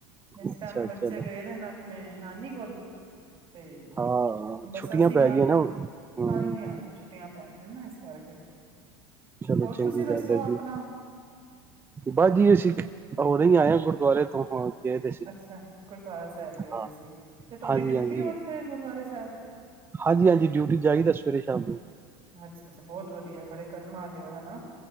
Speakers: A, on the right; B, on the right.
A: ਇਸ
B: ਅੱਛਾ
A: ਟਾਈਮ ਬੱਚੇ
B: ਚਲੋ
A: ਗਏ ਦੇ ਨੇ ਣੇ ਨਾਨੀ ਕੋਲ ਤੇ
B: ਹਾਂ
A: ਬੱਸਾਂ
B: ਛੁੱਟੀਆਂ
A: ਆਸੀਆਂ
B: ਪੈ ਗਈਆਂ ਨਾ ਹੁਣ ਹੂੰ
A: ਹਾਂਜੀ ਹਾਂਜੀ ਛੁੱਟੀਆਂ ਇਨਾ ਇਸ ਸੀ ਕਰਕੇ
B: ਚਲੋ
A: ਹੋਰ
B: ਚੰਗੀ
A: ਤੁਸੀਂ ਦੱਸੋ
B: ਗੱਲ ਹੈ।
A: ਆਪਣਾ
B: ਜੀ ਬਾਅਜੀ ਅਸੀਂ ਹੋ ਨੀ ਆਏ ਹਾਂ ਗੁਰਦੁਆਰੇ ਤੋਂ ਹੋ ਗਏ ਪੇ ਸੀ
A: ਅੱਛਾ ਗੁਰਦੁਆਰਾ ਸਾਹਿਬ ਗਏ
B: ਹਾਂ,
A: ਦੇ ਸੀ। ਤੇ ਤੁਹਾਡੀ
B: ਹਾਂਜੀ
A: ਡਿਊਟੀ
B: ਹਾਂਜੀ,
A: ਉੱਥੇ ਗੁਰਦੁਆਰੇ ਸਾਹਿਬ
B: ਹਾਂਜੀ ਹਾਂਜੀ ਡਿਊਟੀ ਚਹੀਦਾ ਸਵੇਰੇ ਸ਼ਾਮ ਨੂੰ
A: ਅੱਛਾ ਅੱਛਾ ਬਹੁਤ ਵਧੀਆ ਬੜੇ ਕਰਮਾਂ ਲਿਓ ਹਨਾ